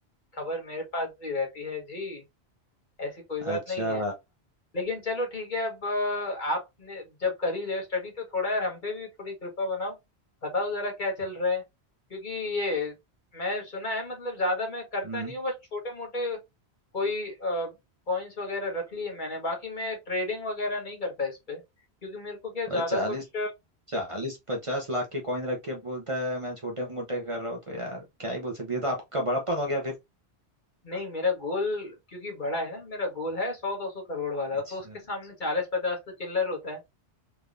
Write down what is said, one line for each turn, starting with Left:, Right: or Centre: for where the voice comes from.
Left: खबर मेरे पास भी रहती है जी ऐसी कोई बात
Right: अच्छा
Left: नहीं है लेकिन चलो ठीक है अब अ, आपने जब कर ही रहे हो स्टडी तो थोड़ा यार हम पे भी थोड़ी कृपा बनाओ बताओ जरा क्या चल रहा है क्योंकि ये मैं सुना है मतलब ज्यादा मैं करता
Right: हम्म
Left: नहीं हूँ बस छोटे मोटे कोई कॉइन्स वगैरह रख लिए मैंने बाकी मैं ट्रेडिंग वगैरह नहीं करता इस पे क्योंकि मेरे को क्या ज्यादा
Right: भाई चालीस
Left: कुछ
Right: चालीस पचास लाख के कॉइन रख के बोलता है मैं छोटे मोटे कर रहा हूँ तो यार क्या ही बोल सकती है तो आपका बड़प्पन हो गया फिर
Left: नहीं मेरा गोल क्योंकि बड़ा है ना मेरा गोल है सौ दो सौ करोड़ वाला
Right: अच्छा
Left: तो उसके सामने चालीस पचास तो चिल्लर होता है